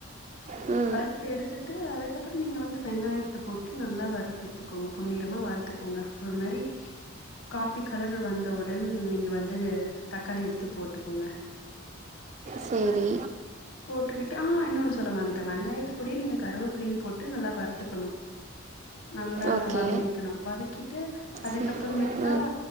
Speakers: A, on the right; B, on the left.
A: ம்
B: வறுத்து எடுத்துட்டு அதுக்கப்புறோ நீங்க வந்து வெங்காயத்த போட்டு நல்லா வறுத்து எத்துக்கோங்க பொன்னிறமா வறுத்துக்கோங்க ஒரு மேரி காஃபி கலர் வந்தவுடன் நீங்க வந்து தக்காளி எடுத்து போட்டுக்கோங்க
A: சே ரி
B: போட்டுக்கிட்டு ஆ இன்னொன்னு சொல்ல மறந்துட்டே வெங்காயத்தக்கூடேயே நீங்க கருவேப்பிள்ளையு போட்டு நல்லா வறுத் துக்கணு நல்லா
A: ஓகே
B: வதங்கிக்கணு வதக்கிட்டு அதுக்கப்புறமேட்டுக்கா
A: சரி ம்